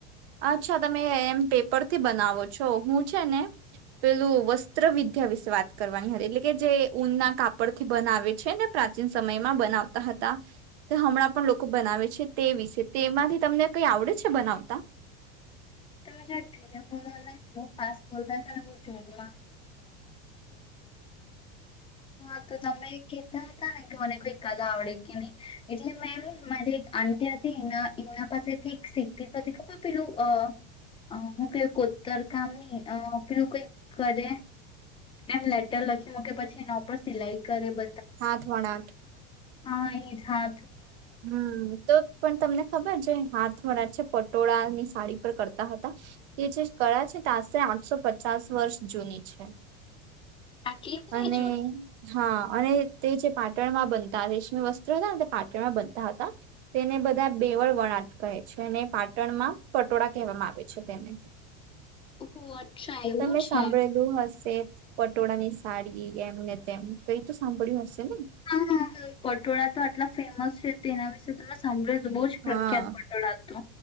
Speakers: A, on the right (about 75°); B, on the left (about 15°).
A: અચ્છા તમે એમ પેપરથી બનાવો છો હું છે ને પેલું વસ્ત્રવિદ્યા વિશે વાત કરવાની હતી એટલે કે જે ઊનના કાપડ થી બનાવે છે ને પ્રાચીન સમયમાં બનાવતા હતા તે હમણાં પણ લોકો બનાવે છે તે વિશે તેમાંથી તમને કઈ આવડે છે બનાવતા?
B: તમે જરા ધીરે બોલોને બઉ ફાસ બોલતાતા ને બઉ જોરમાં. હા તો તમે કે કહેતા હતાને કે મને કોઈ કલા આવડે કે નહી એટલે મેમ મારી એક આંટી હતી ઈમ્ન ઈમ્ન પાસેથી એક સીખતી ખબર પેલું અ અ હું કેઉં કોતર કામ નઈ પેલું કઈક કરે એમ લેટર લખી મૂકે પછી એના ઉપર સિલાઈ કરે બ
A: હાથ વણાટ.
B: હા એજ હા
A: હમ્મ તો પણ તમને ખબર જે હાથ <unintelligible> છે પટોળા ની સાડી પર કરતા હતા તે જે કળા છે આશરે આઠસો પચાસ વર્ષ જૂની છે
B: આટલી બધી
A: અને
B: જૂની
A: હા અને તે જે પાટણ માં બનતા રેશમી વસ્ત્ર રયાને પાટણ ઘણાં બધા હતા તેને બધા બેવળ વણાટ કહે છે અને પાટણમાં પટોળા કહેવામાં આવે છે તેને.
B: <unintelligible>
A: તમે
B: છે
A: સાંભળેલું હશે. પટોળા ની સાડી એમ ને તેમ કઈ તો સાંભળ્યું હશે ને.
B: હા હ-હ પટોળા તો આટલા ફેમસ છે તેના વિશે તમે સાંભળ્યું. બહુ જ
A: હા
B: પ્રખ્યાત પટોળા તો.